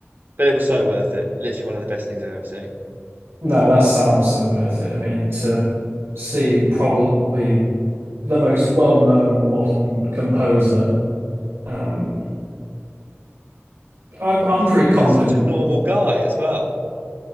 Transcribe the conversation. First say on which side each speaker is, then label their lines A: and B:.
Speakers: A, on the right; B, on the right.
A: But it was so worth it. Literally one of the best things I've ever seen.
B: No, that sounds so worth it. I mean, to see probably the most well-known modern composer. Um, I'm I'm
A: It just
B: pretty
A: seemed
B: confident.
A: like such a normal guy as well.